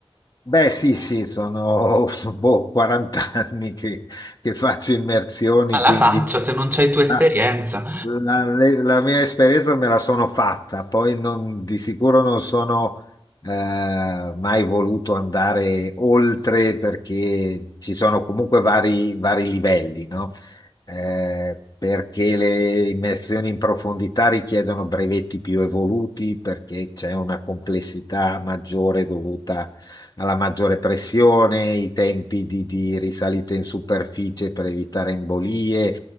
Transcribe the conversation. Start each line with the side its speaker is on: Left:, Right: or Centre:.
Left: Beh, sì, sì, sono <laughs> sono, boh, 40 anni che, che faccio immersioni,
Right: <laughs> Alla
Left: quindi
Right: faccia, se non c'hai tu esperienza.
Left: la, la- le- la mia esperienza me la sono fatta, poi non- di sicuro non sono eh, mai voluto andare oltre perché ci sono comunque vari, vari livelli, no? Eh, perché le immersioni in profondità richiedono brevetti più evoluti, perché c'è una complessità maggiore dovuta alla maggiore pressione, i tempi di, di risalita in superficie per evitare embolie.